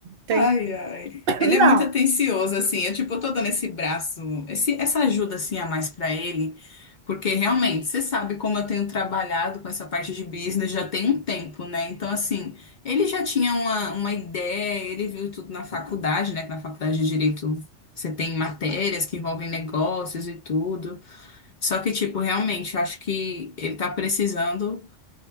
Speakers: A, on the right; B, on the left.
A: tem.
B: Ai, ai.
A: <laughs>
B: Ele é
A: Não.
B: muito atencioso, assim. Eu, tipo, eu tô dando esse braço, esse, essa ajuda, assim, a mais pra ele, porque realmente, você sabe como eu tenho trabalhado com essa parte de business já tem um tempo, né? Então, assim, ele já tinha uma, uma ideia, ele viu tudo na faculdade, né? Que na faculdade de Direito você tem matérias que envolvem negócios e tudo. Só que, tipo, realmente, eu acho que ele tá precisando.